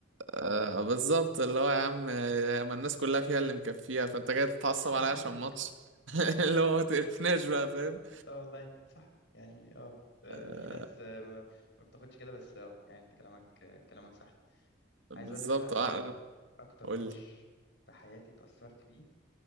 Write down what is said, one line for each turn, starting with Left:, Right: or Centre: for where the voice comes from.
Right: آه بالظبط اللي هو يا عم آه، ما الناس كلها فيها اللي مكفيها فانت جاي تتعصب
Left: <laughs>
Right: عليا عشان ماتش <laughs> اللي هو ما تقرفناش بقى فاهم
Left: اه والله صح يعني اه آه،
Right: آه
Left: في ناس آه، ما ما بتاخدش كده بس اه يعني انت كلامك آه، كلامك صح
Right: بالظبط
Left: عايز اقول لك بقى
Right: اه
Left: انا
Right: انا
Left: اكتر
Right: قلت
Left: ماتش في حياتي اتأثرت بيه